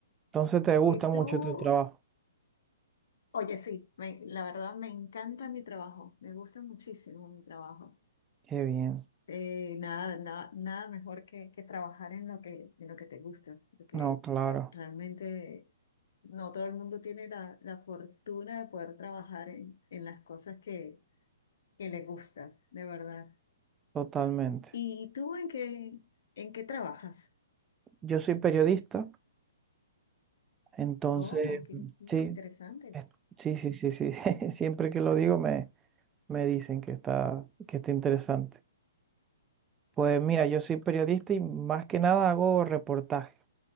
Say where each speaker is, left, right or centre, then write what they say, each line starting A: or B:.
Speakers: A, on the right; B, on the left.
A: Entonces te gusta
B: Y
A: mucho
B: tú,
A: tu trabajo.
B: oye, sí, me- la verdad me encanta mi trabajo, me gusta muchísimo mi trabajo.
A: Qué bien.
B: Eh, nada, nada, nada mejor que, que trabajar en lo que, en lo que te gusta, porque
A: No, claro,
B: realmente no todo el mundo tiene la, la fortuna de poder trabajar en, en las cosas que, que le gusta, de verdad.
A: totalmente.
B: ¿Y tú en qué, en qué trabajas?
A: Yo soy periodista, entonces,
B: Oh, qué,
A: mm,
B: qué
A: sí,
B: interesante.
A: es- sí, sí, sí, sí. <laughs> Siempre que lo digo me, me dicen que está, que está interesante. Pues mira, yo soy periodista y más que nada hago reportajes.